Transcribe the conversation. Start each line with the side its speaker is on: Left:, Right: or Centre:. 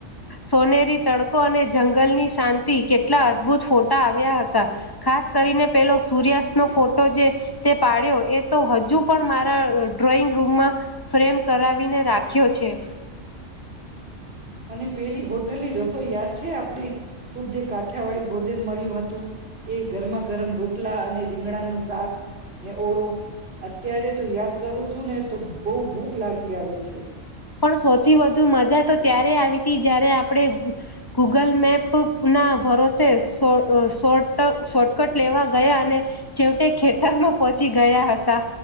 Left: સોનેરી તડકો અને જંગલની શાંતિ કેટલા અદભુત ફોટા આવ્યા હતા, ખાસ કરીને પેલો સૂર્યાસ્તનો ફોટો જે તે પાડ્યો એ તો હજુ પણ મારા ડ્રોઈંગ રૂમમાં ફ્રેમ કરાવી ને રાખ્યો છે.
Right: અને પેલી હોટલની રસ તો યાદ છે આપડી શુદ્ધ કાઠિયાવાળી ભોજન મળ્યું હતું એ ગરમાં ગરમ રોટ આટલા અને રીંગણાનું શાક ને ઓળો અત્યારે તો યાદ કરું છું ને તો બહુ ભૂખ લાગી આવે છે.
Left: પણ સૌથી વધુ મજા તો ત્યારે આવી જયારે આપણે ગૂગલ મેપ ના ભરોસે શોટ શોર્ટકટ લેવા ગયા અને છેવટે ખેતરમાં પહોચી ગયા હતા.